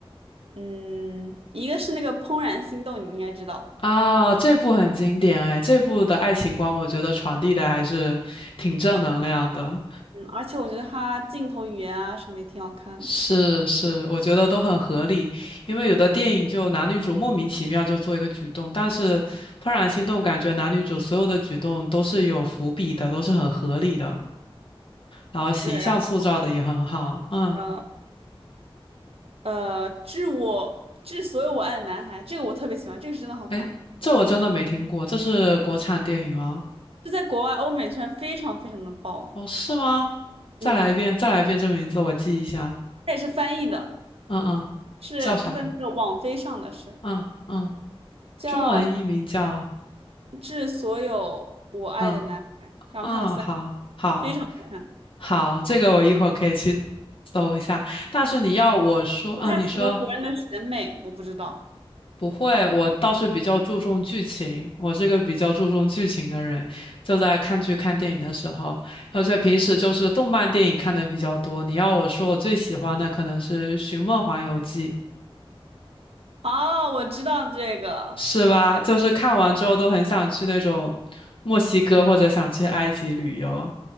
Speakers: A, on the right; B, on the left.
A: 嗯，一个是那个《怦然心动》，你应该知道，
B: 啊，这部很经典哎，这部的爱情观我觉得传递的还是挺正能量的。
A: 嗯，而且我觉得它镜头语言啊什么也挺好看的，
B: 是是，我觉得都很合理，因为有的电影就男女主莫名其妙就做一个举动，但是《怦然心动》感觉男女主所有的举动都是有伏笔的，都是很合理的，然后形象塑造的也很好。
A: 对，然后
B: 嗯，
A: 呃呃，致我致所有我爱的男孩，这个我特别喜欢，这个是真的好看，
B: 哎，这我真的没听过，这是国产电影吗？
A: 这在国外欧美圈非常非常的爆啊，
B: 哦，是吗？再来一遍，
A: 嗯，
B: 再来一遍这名字，我记一下。
A: 它也是翻译的，
B: 嗯嗯，
A: 是它在那个网飞上的是
B: 叫啥？嗯嗯。
A: 叫
B: 中文译名叫，
A: 《致所有我爱的男孩》，
B: 嗯
A: 然后它有三，
B: 嗯，好好
A: 非常好看。
B: 好，这个我一会儿可以去搜一下。但是你要我说，
A: 不太符合国人的审美，
B: 嗯，你说
A: 我不知道。
B: 不会，我倒是比较注重剧情，我是个比较注重剧情的人，就在看剧看电影的时候，而且平时就是动漫电影看的比较多。你要我说，我最喜欢的可能是《寻梦环游记》，
A: 哦，我知道这个，
B: 是吧？就是看完之后都很想去那种墨西哥或者想去埃及旅游。